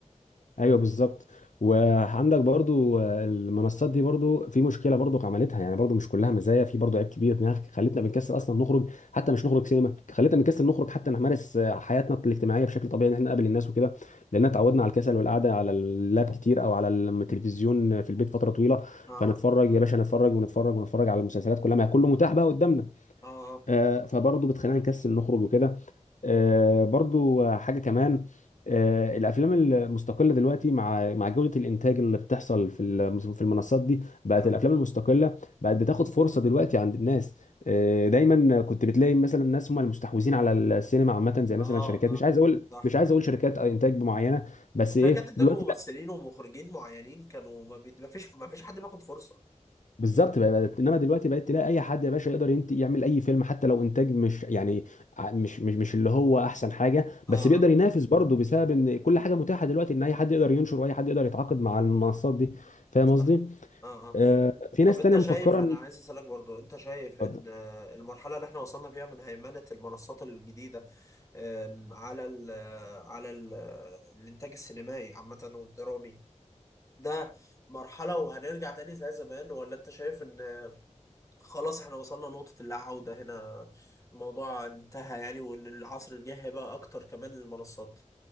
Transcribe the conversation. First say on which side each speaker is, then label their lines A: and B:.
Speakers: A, on the left; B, on the left.
A: ايوه بالظبط وعندك برضو آه، المنصات دي برضو في مشكله برضو عملتها يعني برضو مش كلها مزايا في برضو عيب كبير انها خلتنا بنكسل اصلا نخرج حتى مش نخرج سينما خلتنا بنكسل نخرج حتى نمارس آه، حياتنا الاجتماعيه بشكل طبيعي ان احنا نقابل الناس
B: مم.
A: وكده لان اتعودنا على الكسل والقعده على اللاب كتير او على التلفزيون في البيت فتره طويله
B: اه
A: فنتفرج يا باشا نتفرج ونتفرج ونتفرج على المسلسلات كلها ما هي كله متاح بقى قدامنا
B: اه
A: آه، فبرضه بتخلينا نكسل نخرج وكده آه، برضه حاجه كمان آه، الافلام المستقله دلوقتي مع مع جوده الانتاج اللي بتحصل في ال- في المنصات دي بقت
B: يعني
A: الافلام المستقله بقت بتاخد فرصه دلوقتي عند الناس آه، دايما كنت بتلاقي مثلا الناس هم المستحوذين على السينما عامه زي مثلا
B: اه
A: شركات مش
B: اه
A: عايز اقول
B: صح
A: مش عايز اقول شركات انتاج معينه بس
B: عشان
A: ايه
B: كده انتجوا
A: دلوقتي
B: ممثلين ومخرجين معينين كانوا ما بي- ما فيش ما فيش حد بياخد فرصه
A: بالظبط بقى بقى- انما دلوقتي بقت تلاقي اي حد يا باشا يقدر ينت... يعمل اي فيلم حتى لو انتاج مش يعني ع- مش مش مش اللي هو احسن حاجه
B: اه
A: بس بيقدر
B: آه.
A: ينافس برضه بسبب ان كل حاجه متاحه دلوقتي ان اي حد يقدر ينشر واي حد يقدر يتعاقد مع المنصات دي فاهم
B: صح
A: قصدي؟
B: اه اه
A: آه في ناس
B: طب انت
A: تانية مفكره
B: شايف انا
A: ان
B: عايز اسالك برضو انت شايف ان
A: اتفضل.
B: آه، المرحله اللي احنا وصلنا فيها من هيمنه المنصات الجديده آم، على ال آه، على ال آه، الانتاج السينمائي عامه والدرامي ده مرحله وهنرجع تاني زي زمان ولا انت شايف ان آه، خلاص احنا وصلنا نقطه اللا عوده هنا الموضوع انتهى يعني وان العصر الجاي هيبقى اكتر كمان للمنصات